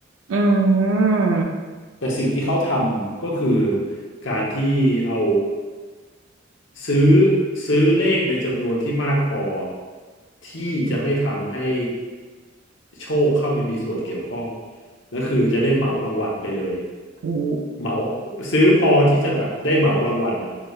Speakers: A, on the right; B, on the left.
A: อืม
B: แต่สิ่งที่เขาทำก็คือการที่เอาซื้อซื้อเลขในจำนวนที่มากพอที่จะไม่ทำให้โชคเข้าไปมีส่วนเกี่ยวข้องแล้วคือจะได้เหมารางวัลไปเลย
A: โอ้
B: เหมาซื้อพอที่จะแบบได้เหมารางวัลอ่ะ